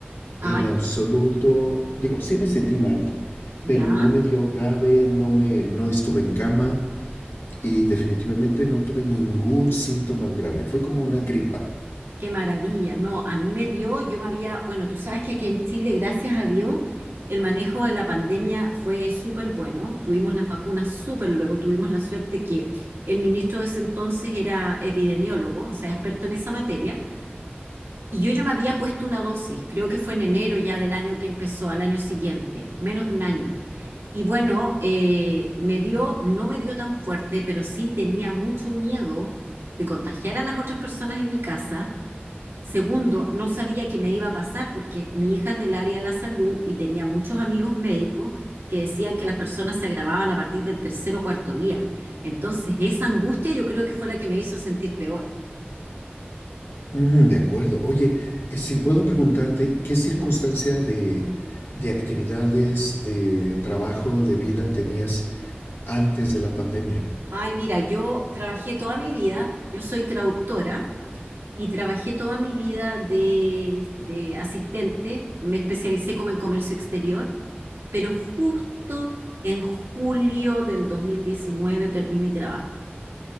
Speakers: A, on the right; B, on the left.
A: Ay,
B: En absoluto, digo, sí me sentí mal,
A: ya.
B: pero no me dio grave, no me, no estuve en cama y definitivamente no tuve ningún síntoma grave. Fue como una gripa.
A: Qué maravilla, no, a mí me dio, yo me había, bueno, tú sabes que aquí en Chile, gracias a Dios, el manejo de la pandemia fue súper bueno, tuvimos las vacunas súper luego, tuvimos la suerte que el ministro de ese entonces era epidemiólogo, o sea, experto en esa materia, y yo ya me había puesto una dosis, creo que fue en enero ya del año que empezó, al año siguiente, menos de un año. Y bueno, eh, me dio, no me dio tan fuerte, pero sí tenía mucho miedo de contagiar a las otras personas en mi casa Segundo, no sabía qué me iba a pasar porque mi hija es del área de la salud y tenía muchos amigos médicos que decían que las personas se agravaban a partir del tercer o cuarto día. Entonces, esa angustia yo creo que fue la que me hizo sentir peor.
B: Mm, de acuerdo. Oye, eh, si puedo preguntarte, ¿qué circunstancia
A: Claro.
B: de, de actividades, de trabajo, de vida tenías antes de la pandemia?
A: Ay, mira, yo trabajé toda mi vida, yo soy traductora y trabajé toda mi vida de, de asistente, me especialicé como en comercio exterior, pero justo en julio del 2019 perdí mi trabajo.